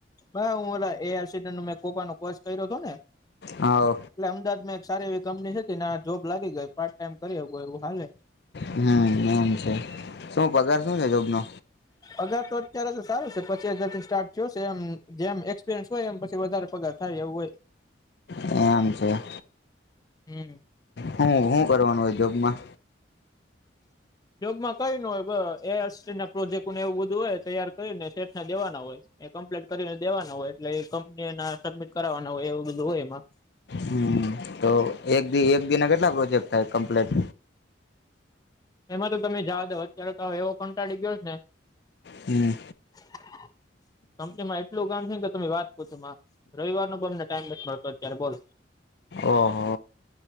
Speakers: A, on the left; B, on the left.
A: બ હું ઓ એ આરસી મેં કોપાો કોર્ષ કર્યો હતો ને
B: હા
A: એટલે અમદાવાદમાં એક સારી એવી કંપની હતી ને આ જોબ લાગી ગઈ પાર્ટ ટાઈમ કરી એવું હાલે
B: હમ એમ છે શું પગાર શું છે જોબનો
A: અગાર તો અત્યારે તો સારું છે પચી હગારથી સ્ટાર્ટ થયો છે એમ જેમ સ હોય એમ પછી વધારે પગાર થાય એવું હોય
B: એમ છે.
A: હમ.
B: હું હું કરવાનું હોદ્યોગમાં
A: યોગમાં કય ન હોય એ ના પ્રોજેક્ટને એવું બધું હોય તૈયાર કરીને શેઠને દેવાના હોય એ કમ્પ્લેટ કરીને દેવાના હોય એટલે કંપની એના સબમિટ કરના હોય એવું બધું હોય એમાં
B: હમ તો એક એક દિના કેટલા પ્રોજેક્ટ થાય કમ્પ્લીટ
A: એમાં તો તમે જા દો અત્યારે તો હ એવો કંટાળી ગયો ને
B: હમ.
A: <inaudible> કંપની માં એટલું કામ થ કે તમે વાત પ છો રવિર નો પણ અમને ટાઈમ બ મળતો અત્યારે બોલ
B: ઓહ